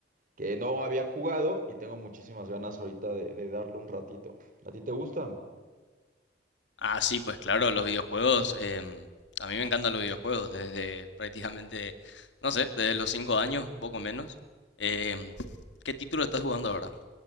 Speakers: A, on the right; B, on the left.
A: que no había jugado y tengo muchísimas ganas ahorita de, de darle un ratito. ¿A ti te gustan?
B: Ah, sí, pues claro, los videojuegos. em, a mí me encantan los videojuegos desde prácticamente, no sé, desde los 5 años, un poco menos. Em, ¿qué título estás jugando ahora?